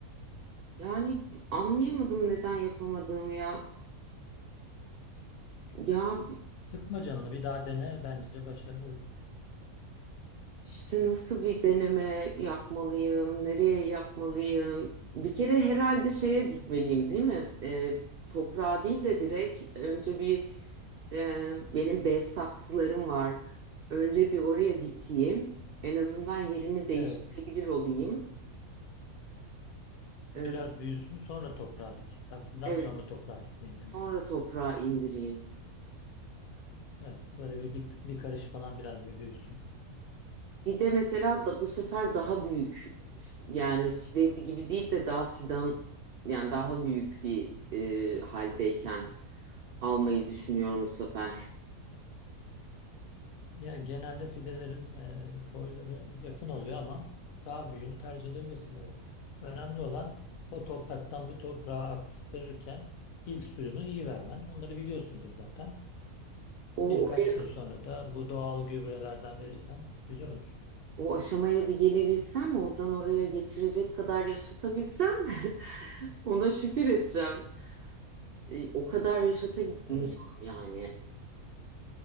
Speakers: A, on the right; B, on the left.
A: Yani anlayamadım neden yapamadığımı ya. Ya
B: Sıkma canını bir daha dene bence başarılı olur.
A: İşte nasıl bir deneme yapmalıyım, nereye yapmalıyım? Bir kere herhalde şeye dikmeliyim, değil mi? Ee, toprağa değil de direkt önce bir e, benim bez saksılarım var. Önce bir oraya dikeyim. En azından yerini değiştirebilir
B: Evet
A: olayım. Ee,
B: biraz büyüsün sonra toprağa dik. Saksıdan
A: evet,
B: sonra toprağa dikmeyi dene.
A: sonra toprağa indireyim.
B: Evet böyle bir, bir, bir karış falan biraz bir büyüsün.
A: Bir de mesela da bu sefer daha büyük yani fide gibi değil de daha fidan yani daha büyük bir e, haldeyken. almayı düşünüyorum bu sefer.
B: Ya genelde fidelerin e, boyları yakın oluyor ama daha büyüğünü tercih edebilirsin evet. Önemli olan o topraktan bir toprağa aktarırken ilk suyunu iyi vermen. Onları biliyorsundur zaten.
A: O
B: Birkaç
A: oraya,
B: gün sonra da bu doğal gübrelerden verirsen güzel olur.
A: o aşamaya bir gelebilsem, oradan oraya geçirecek kadar yaşatabilsem <laughs> ona şükür edeceğim. E, o kadar yaşatamıyorum
B: Evet,
A: yani.